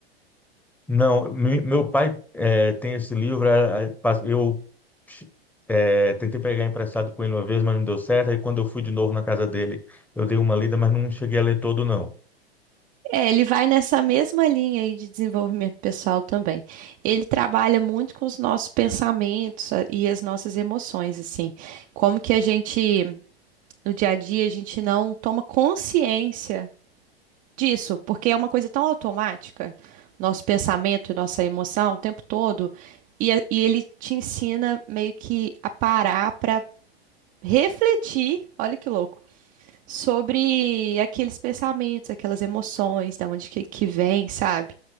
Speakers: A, in the centre; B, on the right (about 25°).
A: Não, me- meu pai é, tem esse livro, é, é, pas- eu é, tentei pegar emprestado com ele uma vez, mas não deu certo, aí quando eu fui de novo na casa dele, eu dei uma lida, mas não cheguei a ler todo, não.
B: É, ele vai nessa mesma linha aí de desenvolvimento pessoal também. Ele trabalha muito com os nossos pensamentos a- e as nossas emoções, assim. Como que a gente, no dia a dia, a gente não toma consciência disso, porque é uma coisa tão automática, nosso pensamento e nossa emoção o tempo todo, e, a- e ele te ensina meio que a parar para refletir, olha que louco sobre aqueles pensamentos, aquelas emoções, da onde que, que vem, sabe?